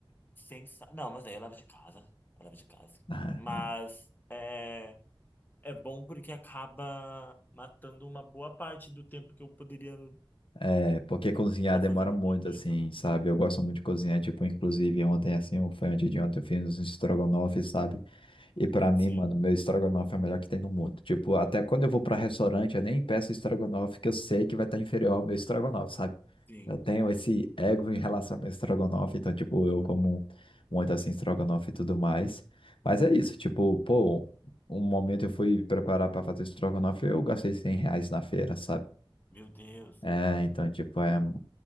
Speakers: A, on the left (about 20°); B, on the left (about 70°).
A: sensacional. Não, mas aí eu levo de casa. Eu levo de casa.
B: Ah,
A: Mas
B: É,
A: é, é bom porque acaba matando uma boa parte do tempo que eu poderia
B: É, porque cozinhar
A: estar
B: demora
A: fazendo
B: muito,
A: outra coisa,
B: assim,
A: né?
B: sabe? Eu gosto muito de cozinhar, tipo, inclusive ontem, assim, ou foi antes de ontem, eu fiz uns estrogonofe, sabe? E pra mim,
A: Sim,
B: mano, meu estrogonofe é o melhor que tem no mundo. Tipo, até quando eu vou pra restaurante, eu nem peço estrogonofe que eu sei que vai estar inferior ao meu estrogonofe, sabe?
A: sim.
B: Eu tenho esse ego em relação ao meu estrogonofe, então, tipo, eu como muito assim estrogonofe e tudo mais. Mas é isso, tipo, pô, um momento eu fui preparar pra fazer estrogonofe, eu gastei 100 reais na feira, sabe?
A: Meu Deus.
B: É, então, tipo, é hum,